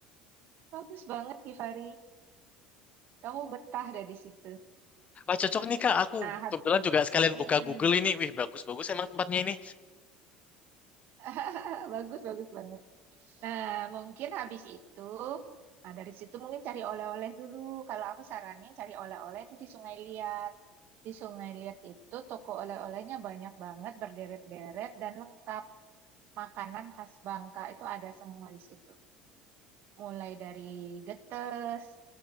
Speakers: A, on the right (about 60°); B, on the left (about 35°).
A: Bagus banget, Kifari. Kamu betah deh di situ.
B: Wah, cocok nih Kak. Aku
A: Nah, hab-
B: kebetulan juga sekalian
A: Mm-mm.
B: buka Google ini. Wih, bagus-bagus emang tempatnya ini.
A: <laughs> bagus, bagus banget. Nah, mungkin habis itu, nah, dari situ mungkin cari oleh-oleh dulu. Kalau aku saranin cari oleh-oleh itu di Sungai Liat. Di Sungai Liat itu toko oleh-olehnya banyak banget, berderet-deret dan lengkap. Makanan khas Bangka itu ada semua di situ. Mulai dari getes,